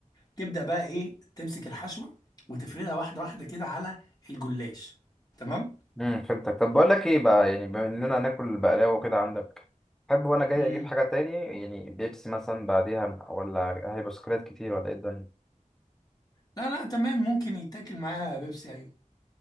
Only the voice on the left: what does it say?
تبدأ بقى ايه تمسك الحشوة وتفردها واحدة واحدة كده على الجلاش تمام
امم
لا لا تمام ممكن يتاكل معاها بيبسي ايوه